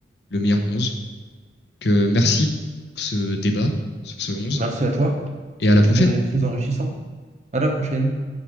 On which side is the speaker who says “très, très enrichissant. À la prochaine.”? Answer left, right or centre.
Right